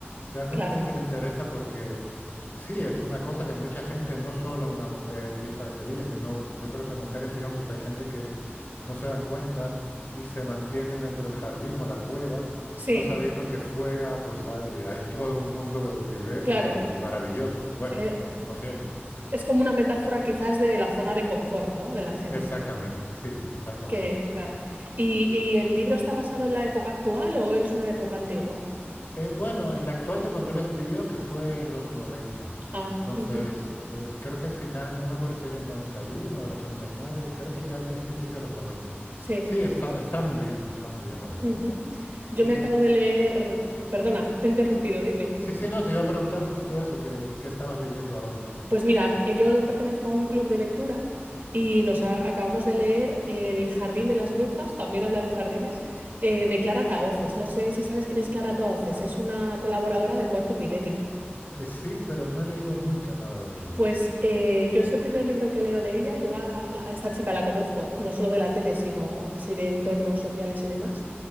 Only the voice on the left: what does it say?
Realmente
sí que me interesa porque sí, es una cosa que mucha gente, no solo una mujer pija de Sevilla, sino yo creo que mujeres y hombres, hay gente que no se dan cuenta y se mantienen dentro del jardín o la cueva,
no sabiendo que fuera pues hay, hay todo un mundo diverso
y, y maravilloso. Bueno,
a- no siempre.
Exactamente, sí, exactamente.
Eh, bueno, en la actual de cuando lo escribió, que fue en los 90.
Entonces,
eh, creo que es final, no me acuerdo si es del 91, del 89. creo que ya es principio de los 90.
Sí, está, está muy bien, está muy bien, la verdad.
Y
sí, sí, no, te iba a preguntar justo eso, que, que estabas leyendo ahora.
Eh, sí, pero no he leído nunca nada de ella.